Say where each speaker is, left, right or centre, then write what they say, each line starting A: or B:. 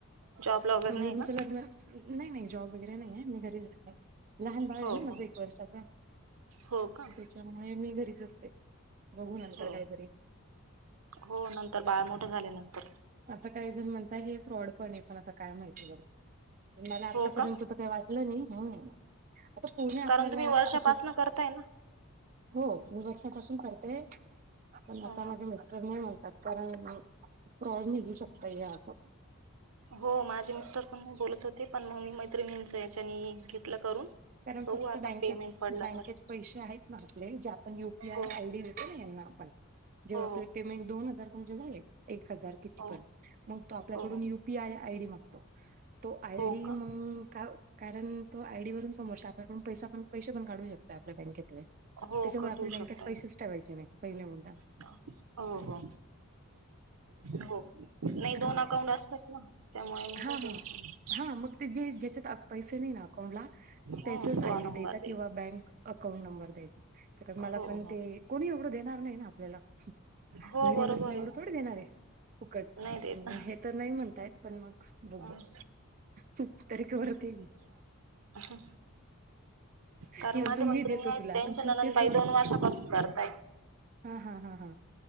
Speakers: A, on the right (about 85°); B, on the right (about 40°).
A: जॉबला वगैरे
B: म्हणजे
A: नाही
B: तुमचं
A: का?
B: लग्न नाही नाही जॉब वगैरे नाहीे मी घरीच असते. लहान बाळ
A: हो
B: आहे न माझं
A: हो
B: एक वर्षाचं.
A: हो का
B: त्यामुळे मी घरीच असते बघू नंतर
A: हो
B: काहीतरी
A: हो नंतर बाळ मोठं झाल्या नंतर
B: आता काही जण म्हणता हे फ्रॉड पण आहे पण आता काय माहिती ब मला आतापर्यंत
A: हो का
B: वाटलं नाही आता कोणे आपल्याला
A: कारण तुम्ही वर्षापासन
B: फुकट
A: करताय ना
B: हो मी वर्षापासून करतेय पण आता
A: हो
B: माझ मस्त नाही म्हणतात कारण फॉड निघू शकता या असं
A: हो माझे मिस्टर पण मी बोलत होते पण मग मी मैत्रिणींचं याच्यानी घेतलं करून
B: कारण
A: बघू
B: फक्त
A: आता
B: बँकेत
A: पेमेंट पडलं
B: बँकेत
A: तर
B: पैसे आहेत ना आपले जे आपण युपीआय
A: हो.
B: आय डी देतो ना यांना आपण जेव्हा
A: हो
B: आप पेमें दोन हजार तम झा एक हजार कि
A: हो
B: पणग त आपल्याकडून
A: हो
B: पी आय आयडी मागतो तो आयडी
A: हो का
B: म कारण तो आयडी वून समोरल्या पै पण पैसे पण काढू शकतो आपल्या बँकेतले
A: हो
B: त्याच्यामुळे
A: कट
B: आपल्या
A: होऊ शकतय
B: बँकेत पैसेच ठेवायचे नाही पहिले मुदाा
A: हो हो हो नाही
B: हा
A: दोन अकाउंट असतात ना त्यामुळे मग
B: हा
A: काही टेन्शन
B: हा
A: नाही
B: हा मग ते जे ज्याच्यात पैसे नाही ना अकाउंटला त्याचाच
A: हो तो
B: आयडी
A: नंबर
B: द्यायचा किंवा बँक अकाउंट नंबर द्यायचा कारण मला
A: हो
B: पण
A: हो
B: ते कोणी एवढं देणार नाही ना आपल्याला
A: हो
B: घरी
A: बरोबर
B: बसल्यावर
A: आहे मग
B: थोड देणारे फुकट
A: नाही देत ना
B: हे तर नाही म्हणतायत पण मग
A: हं.
B: बघ खूप तरीक करती
A: ह
B: हे
A: कारण
B: म्हणतो
A: माझ्या मैत्रिणी
B: मी देतो
A: आहेत
B: तुला
A: त्यांचे
B: आणि तू
A: नननबाई
B: ते सोड
A: दोन वर्षापासून करताय
B: हा हा हा हा